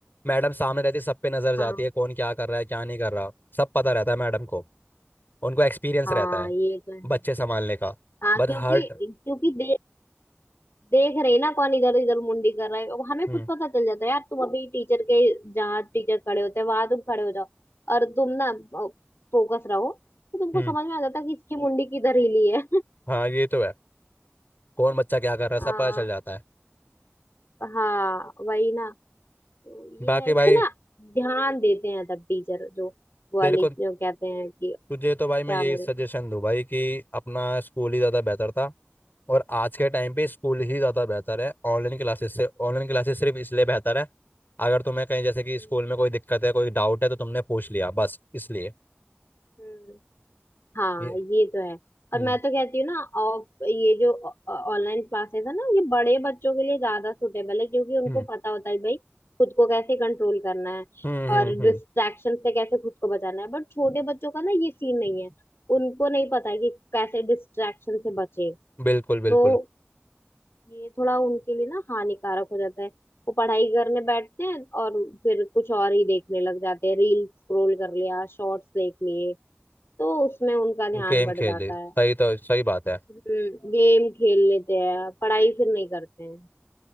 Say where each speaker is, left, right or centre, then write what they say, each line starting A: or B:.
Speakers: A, on the left; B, on the left.
A: मैडम सामने रहती है सब पे नजर जाती
B: हाँ
A: है कौन क्या कर रहा है क्या नहीं कर रहा सब पता रहता है मैडम को उनको एक्सपीरियंस
B: हाँ
A: रहता है
B: ये तो है
A: बच्चे संभालने का
B: हाँ
A: बट
B: क्योंकि
A: हर
B: क्योंकि दे, देख रहे ना कौन इधर इधर मुंडी कर रहा है अब हमें
A: हम्म
B: खुद पता चल जाता है यार तुम अभी टीचर के जहाँ टीचर खड़े होते हैं वहां तुम खड़े हो जाओ और तुम ना फोकस रहो तो तुमको
A: हम्म
B: समझ में आ जाता है कि इसकी मुंडी किधर हिली है
A: हाँ ये तो है कौन बच्चा क्या कर रहा
B: आ,
A: है सब पता चल जाता है
B: हाँ वही ना तो ये
A: बाकी
B: है इस
A: भाई
B: पे ना ध्यान देते हैं तब टीचर जो वो वाली
A: तेरे को
B: जो कहते हैं कि
A: तुझे तो भाई मैं
B: क्या
A: यही
B: मेरे
A: सजेशन
B: को
A: दूँ भाई कि अपना स्कूल ही ज़्यादा बेहतर था और आज के टाइम पे स्कूल ही ज़्यादा बेहतर है ऑनलाइन क्लासेस से ऑनलाइन क्लासेस सिर्फ इसलिए बेहतर है अगर तुम्हें कहीं जैसे कि
B: हम्म
A: स्कूल में कोई दिक्कत है कोई डाउट है तो तुमने पूछ लिया बस इसलिए
B: हम्म हाँ
A: ये
B: ये तो है और
A: हम्म
B: मैं तो कहती हूँ ना ऑफ ये जो ऑनलाइन क्लासेस है ना ये बड़े बच्चों के लिए ज्यादा सुटेबल है क्योंकि उनको
A: हम्म
B: पता होता है भाई खुद को कैसे कंट्रोल करना है
A: हम्म हम्म
B: और
A: हम्म
B: डिस्ट्रैक्शन से कैसे खुद को बचाना है बट छोटे बच्चों का ना ये सीन नहीं है उनको नहीं पता है कि कैसे डिस्ट्रैक्शन से बचे
A: बिल्कुल बिल्कुल
B: तो ये थोड़ा उनके लिए ना हानिकारक हो जाता है वो पढ़ाई करने बैठते हैं और फिर कुछ और ही देखने लग जाते हैं रील स्क्रॉल कर लिया शॉर्ट्स देख लिए तो उसमें उनका ध्यान
A: गेम
B: बढ़
A: खेले
B: जाता
A: सही
B: है
A: तो सही बात है
B: हम्म गेम खेल लेते हैं पढ़ाई फिर नहीं करते हैं